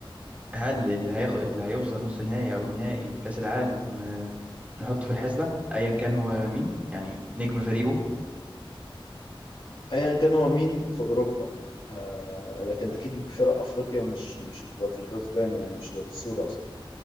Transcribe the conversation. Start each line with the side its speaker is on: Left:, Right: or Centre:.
Right: هل اللي هياخد اللي هيوصل نص نهائي او نهائي كأس العالم آه، نحطه في الحسبة ايا كان هو مين يعني نجم فريقه
Left: ايا كان هو مين في اوروبا آه لكن اكيد فرق افريقيا مش مش هتبقى في الحسبان يعني مش هتبقى في الصوره اصلا